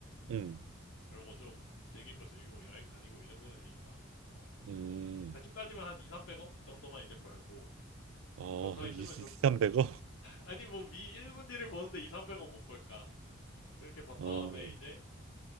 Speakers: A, on the right; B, on the left.
A: 음.
B: 그러고 좀 즐길 거 즐기고 여행 다니고 이 정도면 되니까 뭐
A: 음.
B: 대충 따지면 한 2, 300억 정도만 이제 벌고
A: 어,
B: 물론 더 있으면
A: 2,300억?
B: 좋 아니, 뭐, 미 1분 뒤를 보는데 2, 300원 못 벌까. 그렇게 번
A: 어.
B: 다음에 이제,